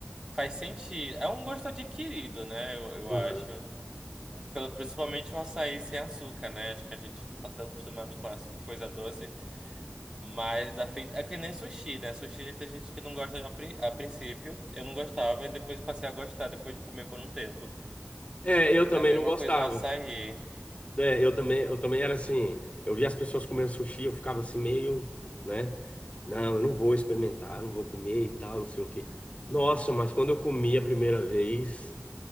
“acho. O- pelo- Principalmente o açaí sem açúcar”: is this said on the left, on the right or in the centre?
Right